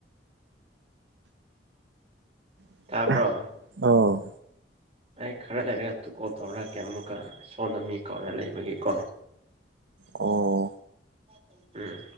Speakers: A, on the right (about 90°); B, on the right (about 35°).
A: <unintelligible>
B: ꯇꯥꯕ꯭ꯔꯣ
A: ꯑ
B: ꯑꯩ ꯈꯔ ꯂꯩꯔꯒ ꯀꯣꯜ ꯇꯧꯔꯛꯀꯦ ꯑꯃꯨꯛꯀ ꯁꯣꯟꯗ ꯃꯤ ꯀꯧꯔ ꯂꯩꯕꯒꯤꯀꯣ
A: ꯑꯣ
B: <unintelligible> ꯎꯝ